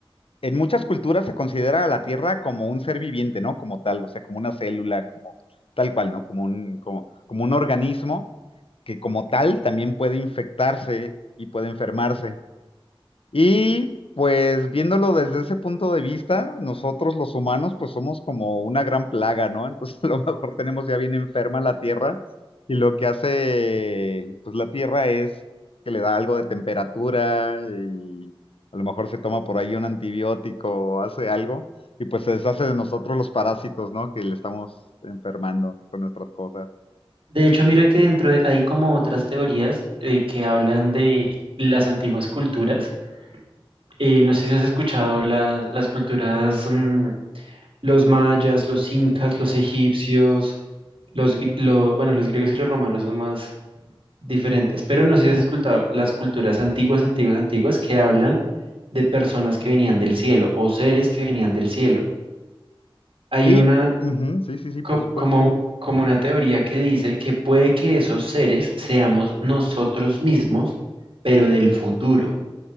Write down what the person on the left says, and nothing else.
en muchas culturas se considera a la Tierra como un ser viviente, ¿no? Como tal, o sea, como una célula, como tal cual, ¿no? Como un, como, como un organismo que como tal también puede infectarse y puede enfermarse. Y pues viéndolo desde ese punto de vista, nosotros los humanos pues somos como una gran plaga, ¿no? Entonces <laughs> a lo mejor tenemos ya bien enferma la Tierra y lo que hace pues la Tierra es que le da algo de temperatura y a lo mejor se toma por ahí un antibiótico o hace algo y pues se deshace de nosotros los parásitos, ¿no? Que le estamos enfermando con nuestras cosas.
Sí,
ujú, sí, sí, sí,
por supuesto.